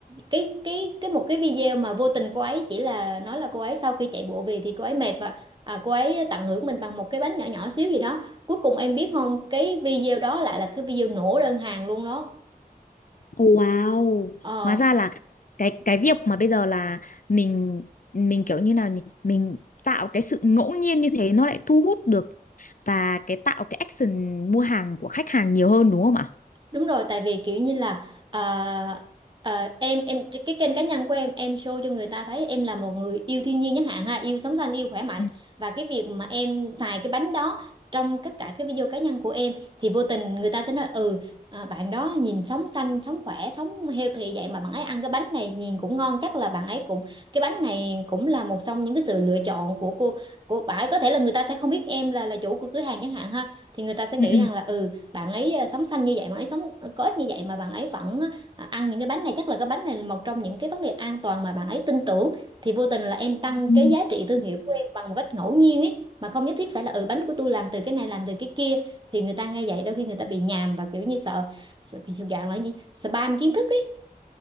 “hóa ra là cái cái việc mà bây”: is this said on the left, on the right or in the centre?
Left